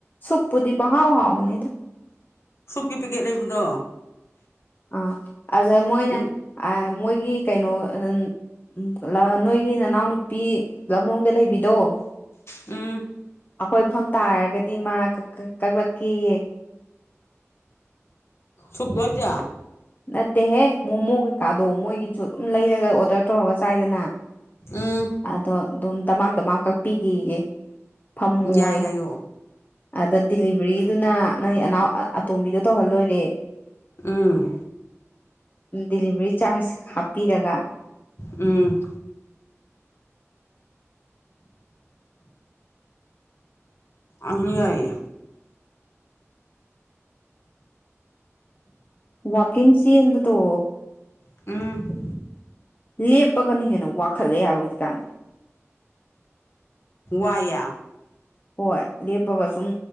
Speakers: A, on the left; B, on the left.
A: ꯁꯨꯞꯄꯨꯗꯤ ꯄꯪꯍꯥꯎ ꯍꯥꯎꯕꯅꯤꯗꯥ
B: ꯁꯨꯞꯀꯤ ꯄꯦꯀꯦꯠ ꯂꯩꯕꯗꯣ
A: ꯑꯥ ꯑꯗ ꯃꯣꯏꯅ
B: ꯎꯝ
A: ꯑꯥ ꯃꯣꯏꯒꯤ ꯀꯩꯅꯣ ꯑꯅꯟ ꯎꯝ ꯂ ꯅꯣꯏꯒꯤ ꯅꯅꯥꯎꯅꯨꯄꯤ ꯂꯝꯂꯣꯡꯗ ꯂꯩꯕꯤꯗꯣ
B: ꯎꯝ
A: ꯑꯩꯈꯣꯏꯐꯝ ꯇꯥꯔꯒꯗꯤ ꯃꯥ ꯀꯛ ꯀꯛ ꯀꯛꯂꯛꯀꯦꯌꯦ
B: ꯁꯨꯞꯂꯣ ꯍꯥꯏꯖꯦ
A: ꯅꯠꯇꯦꯍꯦ ꯃꯣꯃꯣ ꯀꯩꯀꯥꯗꯣ ꯃꯣꯏꯒꯤꯖꯨꯠ ꯑꯗꯨꯝ ꯂꯩꯔꯒ ꯑꯣꯗꯔ ꯇꯧꯔꯒ ꯆꯥꯏꯗꯅ
B: ꯎꯝ
A: ꯑꯗꯣ ꯑꯗꯨꯝ ꯗꯃꯥꯝ ꯗꯃꯥꯝ ꯀꯛꯄꯤꯒꯦꯌꯦ ꯐꯝꯃꯣꯏ
B: ꯌꯥꯏ ꯍꯥꯏꯌꯣ
A: ꯑꯗ ꯗꯤꯂꯤꯚꯔꯤꯗꯨꯅ ꯅꯣꯏ ꯑꯅꯥꯎ ꯑꯇꯣꯝꯕꯤꯗꯣ ꯇꯧꯍꯜꯂꯣꯏꯔꯦ
B: ꯎꯝ
A: ꯗꯤꯂꯤꯚꯔꯤ ꯆꯥꯔꯖ ꯍꯞꯄꯤꯔꯒ
B: ꯎꯝ ꯑꯗꯨ ꯌꯥꯏꯌꯦ
A: ꯋꯥꯥꯛꯀꯤꯡ ꯆꯦꯟꯕꯗꯣ
B: ꯎꯝ
A: ꯂꯦꯞꯄꯒꯅ ꯍꯦꯟꯅ ꯋꯥꯈꯠꯂꯦ ꯍꯥꯏꯕ ꯍꯧꯖꯤꯛꯀꯥꯟꯗꯤ
B: ꯋꯥꯏꯌꯦ
A: ꯍꯣꯏ ꯂꯦꯞꯄꯒ ꯁꯨꯝ